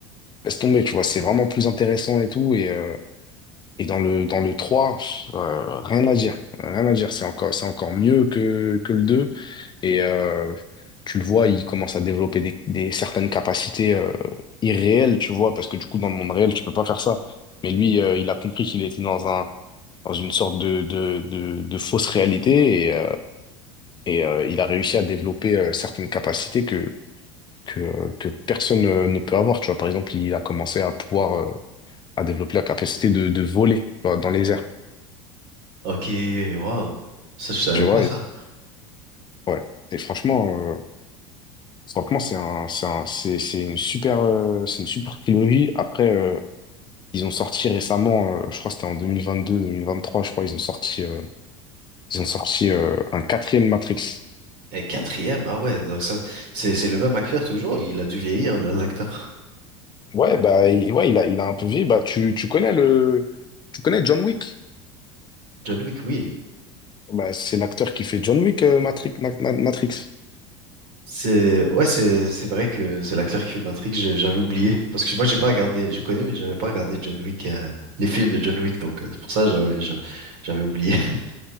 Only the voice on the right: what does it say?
Ok, waouh. Ça, je savais
pas ça.
Et quatrième, ah ouais, donc ça, c'est c'est le même acteur toujours, il a dû vieillir, l'acteur.
John Wick, oui.
C'est ouais, c'est c'est vrai que c'est l'acteur qui fait Matrix, je- j'avais oublié parce que moi j'ai pas regardé, je connais mais j'avais pas regardé John Wick euh, les films de John Wick donc euh, c'est pour ça que j'avais je- j'avais oublié. <laughs>